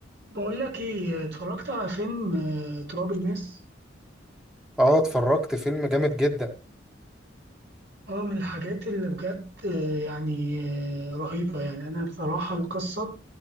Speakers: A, on the right; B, in the centre.
A: بقول لك ايه اتفرجت على فيلم آه، تراب الماس
B: اه اتفرجت فيلم جامد جدا
A: اه من الحاجات اللي بجد آه، يعني آه، رهيبة يعني انا بصراحة القصة